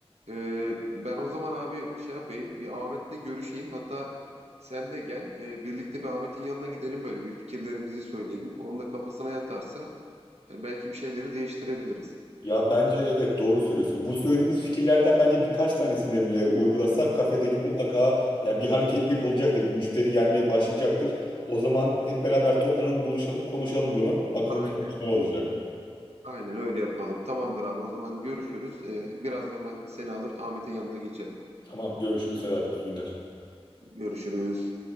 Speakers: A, on the right; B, on the left.
A: Ee, ben o zaman abi şey yapayım, bir Ahmet'le görüşeyim. Hatta sen de gel, e, birlikte bir Ahmet'in yanına gidelim böyle bir fikirlerimizi söyleyelim. Onun da kafasına yatarsa e, belki bir şeyleri değiştirebiliriz.
B: Ya bence evet doğru söylüyorsun. Bu söylediğimiz fikirlerden bence birkaç tanesini bile uygulasak kafedeki mutlaka yani bir hareketlilik olacaktır. Bir müşteri gelmeye başlayacaktır. O zaman hep beraber toplanalım, buluşalım, konuşalım bunu. Bakalım
A: Aynen,
B: sonuç ne olacak.
A: aynen öyle yapalım. Tamamdır abi, o zaman görüşürüz. Ee, birazdan ben seni alır Ahmet'in yanına geçerim.
B: Tamam görüşürüz Sedat. İyi günler.
A: Görüşürüz.